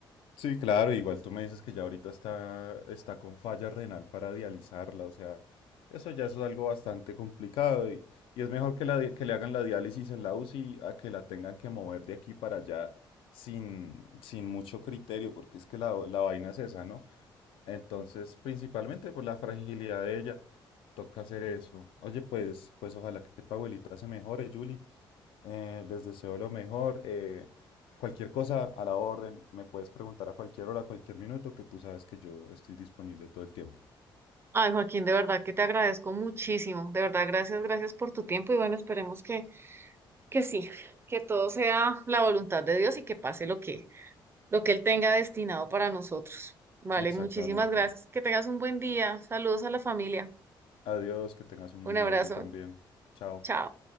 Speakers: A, on the left; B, on the right.
A: Sí, claro, igual tú me dices que ya ahorita está, está con falla renal para dializarla, o sea, eso ya es algo bastante complicado y, y es mejor que, la, di- que le hagan la diálisis en la UCI a que la tengan que mover de aquí para allá sin, sin mucho criterio, porque es que la, la vaina es esa, ¿no? Entonces, principalmente por la fragilidad de ella, toca hacer eso. Oye, pues, pues ojalá que tu abuelita se mejore, Julie. Eh, les deseo lo mejor. eh, cualquier cosa a la orden, me puedes preguntar a cualquier hora, a cualquier minuto, que tú sabes que yo estoy disponible todo el tiempo.
B: Ay, Joaquín, de verdad que te agradezco muchísimo. De verdad, gracias, gracias por tu tiempo y bueno, esperemos que, que sí, que todo sea la voluntad de Dios y que pase lo que lo que Él tenga destinado para nosotros. Vale,
A: Exactamente.
B: muchísimas gracias. Que tengas un buen día. Saludos a la familia.
A: Adiós, que tengas un
B: Un
A: buen
B: abrazo.
A: día tú también. Chao.
B: Chao.